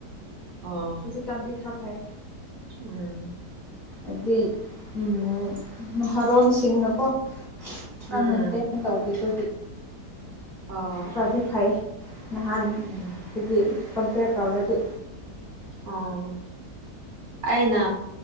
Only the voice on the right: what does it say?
ꯑꯣ
ꯎꯝ
ꯎꯝ
ꯑꯣ
ꯎꯝ
ꯑꯥ ꯑꯩꯅ